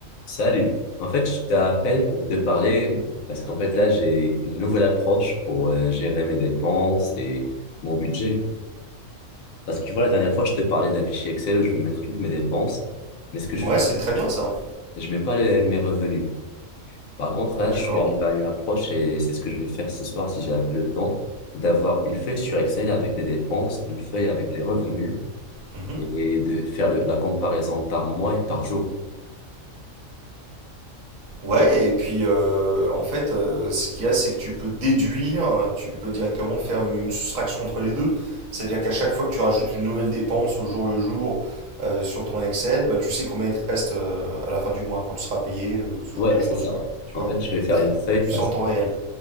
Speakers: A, on the left; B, on the right.
A: Salut. En fait, je t'appelle pour te parler parce qu'en fait là, j'ai une nouvelle approche pour euh, gérer mes dépenses et mon budget. Parce que tu vois, la dernière fois, je te parlais d'un fichier Excel où je vais mettre toutes mes dépenses, mais ce que je
B: Ouais,
A: fais,
B: c'est très bien ça.
A: je mets pas les- mes revenus. Par contre, là,
B: D'accord.
A: je suis arrivé à une approche et c'est ce que je vais faire ce soir si j'ai un peu le temps, d'avoir une feuille sur Excel avec les dépenses, une feuille avec les revenus
B: Mhm.
A: et de faire le- la comparaison par mois et par jour.
B: Ouais, et puis euh, en fait, euh, ce qu'il y a, c'est que tu peux déduire, euh, tu peux directement faire une, une soustraction entre les deux. C'est-à-dire qu'à chaque fois que tu rajoutes une nouvelle dépense au jour le jour euh, sur ton Excel, bah, tu sais combien il te reste euh, à la fin du mois quand tu seras payé, euh, ce
A: Ouais,
B: genre de choses,
A: c'est ça.
B: quoi. Tu
A: En
B: vois?
A: fait, je vais faire une feuille
B: Donc tu sais en temps réel.